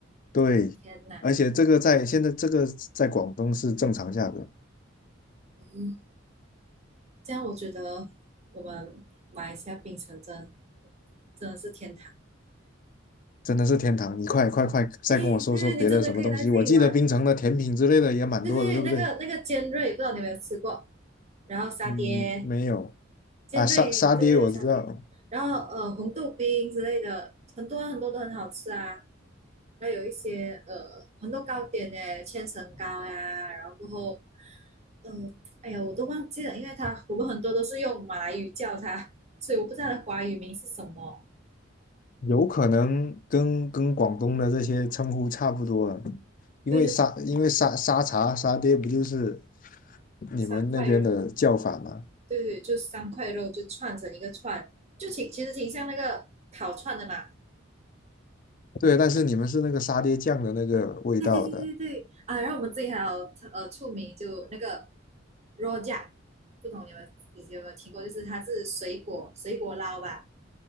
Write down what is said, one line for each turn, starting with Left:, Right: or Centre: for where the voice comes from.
Left: 对，
Right: 我的天哪！
Left: 而且这个在现在这个在广东是正常价格，
Right: 嗯，这样我觉得我们马来西亚槟城真的真的是天堂。
Left: 真的是天堂！你快快快，再跟我说说别的什么东西。
Right: 诶，对对，你真的可以来这里玩。
Left: 我记得槟城的甜品之类的也蛮多的，
Right: 对对，
Left: 对不对？
Right: 那个那个尖锐，不知道你有没有吃过？然后沙爹，
Left: 嗯，没有
Right: 尖锐，
Left: 啊，沙沙爹我知道，
Right: 对对对，夏天。然后呃，红豆冰之类的，很多很多都很好吃啊。然后有一些呃，很多糕点诶，千层糕呀，然后过后，嗯，哎呀，我都忘记了，因为它我们很多都是用马来语叫它，所以我不知道它的华语名是什么。
Left: 有可能跟跟广东的这些称呼差不多了，因为沙因为沙沙茶沙爹不就是
Right: 就是
Left: 你们那边的叫法吗？
Right: 三块肉，对对，就三块肉就串成一个串，就挺其实挺像那个烤串的嘛。
Left: 对，但是你们是那个沙爹酱的那个味道的，
Right: 对对对啊，然后我们这里还有呃出名就那个 rojak，不懂你们你有没有听过？就是它是水果水果捞吧，